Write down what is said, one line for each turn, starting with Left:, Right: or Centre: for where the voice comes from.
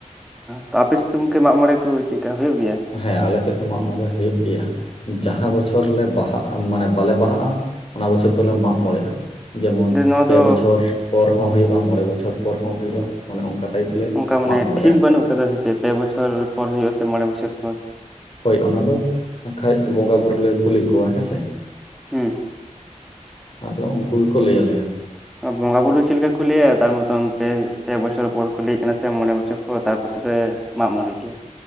Centre: ᱛᱚ ᱟᱯᱮ ᱥᱮᱫ ᱫᱚ ᱜᱚᱝᱠᱮ ᱢᱟᱜ ᱢᱚᱬᱮ ᱠᱚ ᱪᱮᱫᱠᱟ ᱦᱩᱭᱩᱜ ᱜᱮᱭᱟ
Left: ᱦᱮᱸ ᱟᱞᱮ ᱥᱮᱫ ᱫᱚ ᱢᱟᱜ ᱢᱚᱬᱮ ᱦᱩᱭᱩᱜ ᱜᱮᱭᱟ ᱡᱟᱦᱟᱸ ᱵᱚᱪᱷᱚᱨ ᱞᱮ ᱵᱟᱦᱟᱜ ᱢᱟᱱᱮ ᱵᱟᱞᱮ ᱵᱟᱦᱟᱜᱼᱟ ᱚᱱᱟ ᱵᱚᱪᱷᱚᱨ ᱫᱚᱞᱮ ᱢᱟᱜ ᱢᱚᱬᱮᱜᱼᱟ ᱡᱮᱢᱚᱱ
Centre: ᱡᱮ ᱱᱚᱣᱟ
Left: ᱯᱮ
Centre: ᱫᱚ
Left: ᱵᱚᱪᱷᱚᱨ ᱯᱚᱨ ᱦᱚᱸ ᱦᱩᱭᱩᱜᱼᱟ ᱢᱚᱬᱮ ᱵᱚᱪᱷᱚᱨ ᱯᱚᱨ ᱦᱚᱸ ᱦᱩᱭᱩᱜᱼᱟ ᱚᱱᱮ ᱚᱱᱠᱟ ᱴᱟᱭᱤᱯ ᱞᱮ
Centre: ᱚᱱᱠᱟ ᱢᱟᱱᱮ
Left: ᱢᱟᱜ ᱢᱚᱬᱮᱜᱼᱟ
Centre: ᱴᱷᱤᱠ
Left: ᱦᱟᱸᱜ
Centre: ᱵᱟᱹᱱᱩᱜ
Left: ᱠᱷᱟᱡ
Centre: ᱟᱠᱟᱫᱟ ᱥᱮᱪᱮ ᱯᱮ ᱵᱚᱪᱷᱚᱨ ᱯᱚᱨ ᱦᱩᱭᱩᱜᱼᱟ ᱥᱮ ᱢᱚᱬᱮ ᱵᱚᱪᱷᱚᱨ ᱯᱚᱨ
Left: ᱦᱳᱭ ᱚᱱᱟ ᱫᱚ ᱦᱟᱠᱷᱟᱡ ᱵᱚᱸᱜᱟ ᱵᱩᱨᱩ ᱞᱮ ᱠᱩᱞᱤ ᱠᱚᱣᱟ ᱦᱮᱸᱥᱮ
Centre: ᱦᱮᱸ
Left: ᱟᱫᱚ ᱩᱱᱠᱩ ᱜᱮᱠᱚ ᱞᱟᱹᱭ ᱟᱞᱮᱭᱟ
Centre: ᱵᱚᱸᱜᱟ ᱵᱩᱨᱩ ᱪᱮᱫᱠᱟ ᱠᱩ ᱞᱤᱭᱟ ᱛᱟᱨ ᱢᱚᱛᱚᱱ ᱯᱮ ᱯᱮ ᱵᱚᱪᱷᱚᱨ ᱯᱚᱨ ᱠᱩᱞᱤᱭ ᱠᱟᱱᱟ ᱥᱮ ᱢᱚᱬᱮ ᱵᱚᱪᱷᱚᱨ ᱯᱚᱨ ᱛᱟᱨᱯᱚᱨ ᱢᱟᱜ ᱢᱚᱬᱮ ᱜᱮ